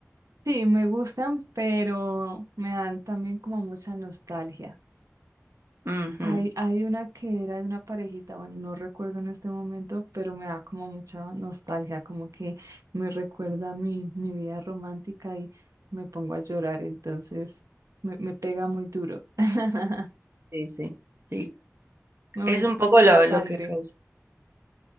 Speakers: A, on the right; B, on the right.
A: Sí, me gustan, pero me dan también como mucha nostalgia.
B: Ujú,
A: Hay, hay una que era de una parejita, bueno, no recuerdo en este momento, pero me da como mucha nostalgia, como que me recuerda a mi, mi vida romántica y me pongo a llorar, entonces me, me pega muy duro. <laughs>
B: Sí, sí. Sí,
A: Me
B: es
A: voy más
B: un poco
A: por
B: lo,
A: la sangre.
B: lo que causa.